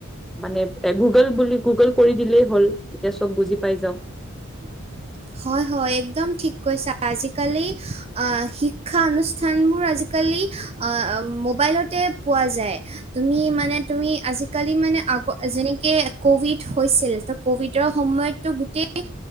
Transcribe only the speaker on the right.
<inaudible> হয় হয়। একদম ঠিক কৈছা, আজিকালি অ শিক্ষা অনুষ্ঠান বোৰ আজ আজিকালি মোবাইলতেই পোৱা যায়। তুমি মানে তুমি আজিকালি মানে আগ যেনেকে ক'ভিড হৈছিল, তো ক'ভিডৰ সময়ত ত' গোটেই